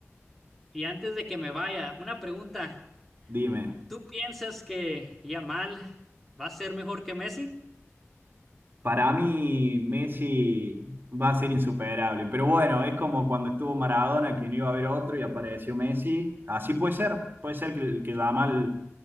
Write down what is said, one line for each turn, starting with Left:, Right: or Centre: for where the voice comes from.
Centre: y antes de que me vaya, una pregunta.
Right: Dime.
Centre: ¿Tú piensas que Yamal va a ser mejor que Messi?
Right: Para mí, Messi va a ser insuperable. Pero bueno, es como cuando estuvo Maradona, que no iba a haber otro y apareció Messi. Así puede ser. Puede ser que, el- que Yamal